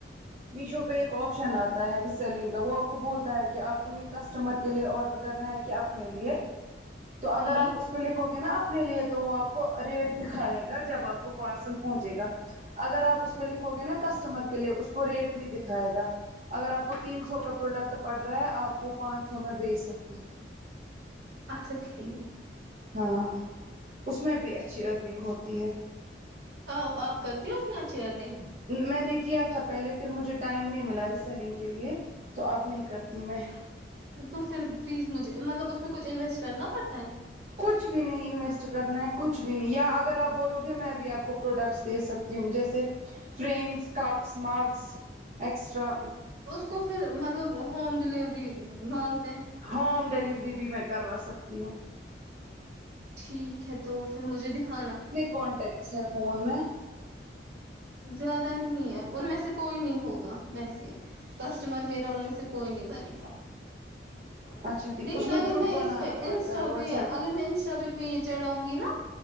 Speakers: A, on the right (about 40°); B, on the right (about 70°).
A: میشو پہ ایک آپشن آتا ہے ریسیلنگ کا وہ کو بولتا ہے کہ آپ کو یہ کسٹمر کے لیے آرڈر کرنا ہے کہ اپنے لیے تو اگر
B: ٹھیک
A: آپ اس پہ لکھو گے ناپ نے لیے تو وہ آپ کو ریٹ دکھائے گا جب آپ کو پارسل پہنچے گا اگر آپ پہ لکھو گے نا کسٹمر لے اس کو ریٹ نہیں دکھائے گا اگر آپ کو تین سو کا پروڈکٹ پڑ رہا ہے آپ وہ پانچ سو میں بیج سکتے ہو
B: اچھا ٹییک
A: ہاں اس میں بھی اچھی ارننگ ہوتی ہے
B: آ آپ کرتی ہو اس میں اچھی ارننگ
A: میں نے کیا تھا پہلے پھر مجھے ٹائم نہیں ملا رہی سیلنگ کے لیے تو اب نہیں کرتی میں
B: تو پھر پلیز مجھے مطلب اس میں کچھ انویسٹ کرنا پڑتا ہے
A: کچھ بھی نہیں انویسٹ کرنا ہے کچھ بھی نہیں یا اگر آپ بولو گے میں بھی آپ کو پروڈکٹس دےسکتی ہوں جیسے فریمس کپس مارکس ایکسٹرا
B: اس کو پھر مطلب ہوم ڈلیوری مانگ
A: ہوم ڈلیوری بھی میں کروا سکتی ہوں
B: ٹھیک ہے تو پھر مجھے دکھانا
A: کانٹیکٹ سے فون میں
B: زیادہ نہیں ہے ان میں سے کوئی نہیں ہوگا ویسے کسٹمر میرا ان میں سے کوئی نہیں بنے گا
A: اچھا ٹھیک
B: لیکن
A: اس
B: اگر
A: گروپ
B: میں
A: بنانا
B: اس پہ
A: پڑتا
B: انسٹا
A: ہے واٹس
B: پہ
A: ایپ
B: اگر میں انسٹا پہ پہ چڑھاؤں گی نا